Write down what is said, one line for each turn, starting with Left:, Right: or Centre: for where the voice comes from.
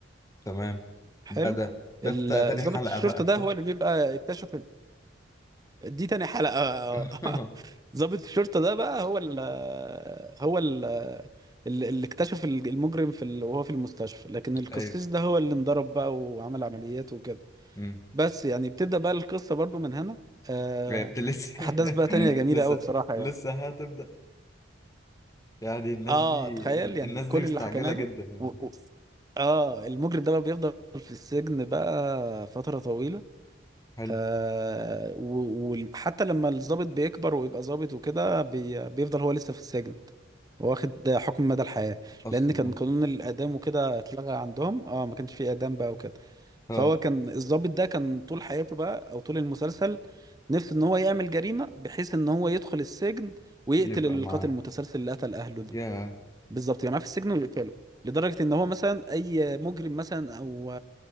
Left: تمام
Right: حلو
Left: ده ده ده
Right: ال-
Left: في تا- تاني حلقة
Right: ضابط الشرطة
Left: بقى
Right: ده
Left: صح؟
Right: هو اللي بيبقى اكتشف دي تاني حلقة <laughs>
Left: <laughs>
Right: ضابط الشرطة ده بقى هو ال هو ال اللي اللي اكتشف المجرم في ال... وهو في المستشفى لكن القسيس
Left: ايوه
Right: ده هو اللي انضرب بقى وعمل عمليات وكده
Left: امم
Right: بس يعني بتبدأ بقى القصة برضو من هنا آه،
Left: ايوه بت- لسه <laughs>
Right: أحداث بقى تانية جميلة
Left: لسه
Right: أوي بصراحة
Left: لسه
Right: يعني
Left: هتبدأ يعني الناس
Right: آه
Left: دي
Right: تخيل
Left: الناس
Right: يعني كل
Left: دي مستعجلة
Right: اللي حكيناه
Left: جدا
Right: ده
Left: يعني
Right: و... و... آه المجرم ده بقى بيفضل في السجن بقى فترة طويلة
Left: حلو
Right: آه و- وحتى لما الضابط بيكبر ويبقى ضابط وكده بي... بيفضل هو لسه في السجن واخد حكم مدى الحياة
Left: اصلا
Right: لأن كان قانون الإعدام وكده اتلغى عندهم آه ما كانش فيه إعدام بقى وكده
Left: اه
Right: فهو
Left: اه
Right: كان الضابط ده كان طول حياته بقى او طول المسلسل نفسه ان هو يعمل جريمه بحيث ان هو يدخل السجن ويقتل
Left: يبقى
Right: القاتل
Left: معاه
Right: المتسلسل اللي قتل اهله ده
Left: يا
Right: بالظبط يعني في السجن ويقتله لدرجه ان هو مثلا اي مجرم مثلا او